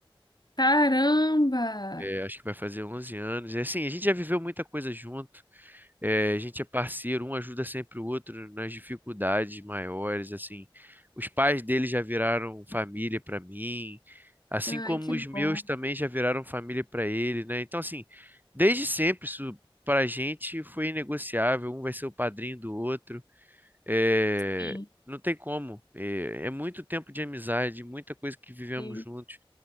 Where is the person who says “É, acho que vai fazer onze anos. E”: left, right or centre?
Right